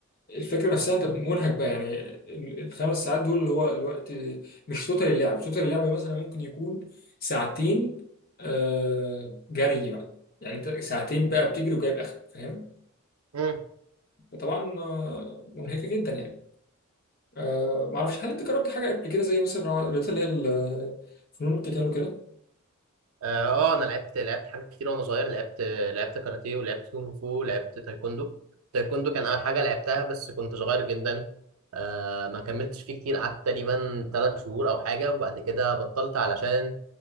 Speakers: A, on the left; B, on the right.
A: الفكره نفسها انت منهك بقى يعني ال- الخمس ساعات دول اللي هو الوقت مش توتال اللعب توتال اللعب مثلا ممكن يكون ساعتين آه، جري بقى يعني انت ساعتين بقى بتجري وجايب اخرك فاهم
B: اكل
A: فطبعا آه، منهكه جدا يعني أه ما اعرفش هل انت جربت حاجه قبل كده زي مثلا الرياضات اللي هي ال- فنون القتال وكده
B: اه آه، انا لعبت لعبت حاجات كتير وانا صغير لعبت لعبت كاراتيه ولعبت كونغ فو ولعبت تايكوندو تايكوندو كان اول حاجه لعبتها بس كنت صغير جدا آه ما كملتش فيه كتير قعدت تقريبا ثلاث شهور او حاجه وبعد كده بطلت علشان